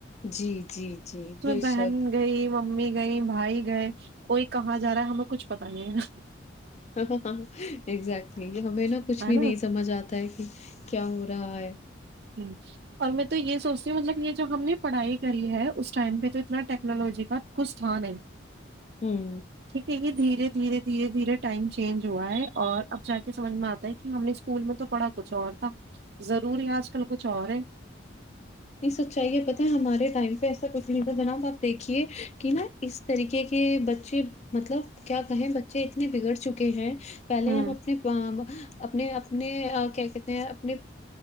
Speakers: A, on the left (about 35°); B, on the right (about 55°).
A: جی جی جی بے
B: بہن
A: شک
B: گئی ممی گئی بھائی گئے کوئی کہاں جا رہا ہے ہمیں کچھ پتا نہیں ہے نا
A: ہاں ہاں اگزیکٹلی ہمیں نا
B: ہے
A: کچھ
B: ہے
A: بھی نہیں سمجھ آتا ہے کیا ہو رہا ہے
B: ہ اور میں تو یہ سوچتی ہوں مطلب یہ جو ہم نے پڑھائی کری ہے اس ٹائم پہ تو اتنا ٹیکنالوجی کا کچھ تھا نہیں
A: ہوں <unintelligible>
B: ٹھیک ہے یہ دھیرے دھیرے دھیرے دھیرے ٹائم چینج ہوا ہے اور اب جا کے سمجھ میں آتا ہے کہ ہم نے اسکول میں تو پڑھا کچھ اور تھا ضرور آ کل کچ اور ہے
A: نہیں سچائیے پتہ ہے ہمارے ٹائم پہ ایسا کچھ نہیں تھا جناب آپ دیکھیے کہ نا اس طریقے کے بچے مطلب کیا کہیں بچے اتنے بگڑ چکے ہیں پہلے
B: ہوں
A: آپ اپنی اپنے اپنے کیا کہتے ہیں اپنے